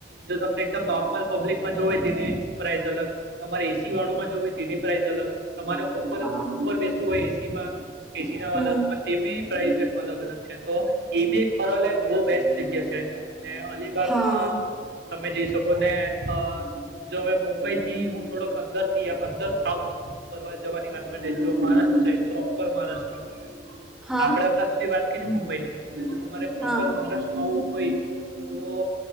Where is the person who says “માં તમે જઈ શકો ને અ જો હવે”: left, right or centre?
Right